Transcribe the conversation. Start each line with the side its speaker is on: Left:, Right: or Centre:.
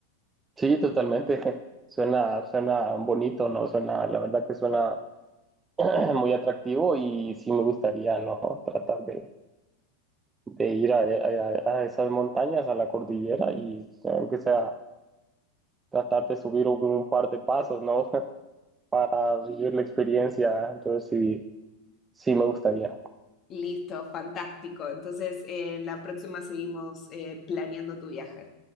Right: Sí, totalmente. <laughs> Suena, suena bonito, ¿no? Suena, la verdad que suena <clears throat> muy atractivo y sí me gustaría, ¿no? Tratar de, de ir a, a- a esas montañas, a la cordillera y aunque sea tratar de subir un, un par de pasos, ¿no? <laughs> Para vivir la experiencia. Entonces sí, sí me gustaría.
Left: Listo, fantástico. Entonces, eh, en la próxima seguimos eh, planeando tu viaje.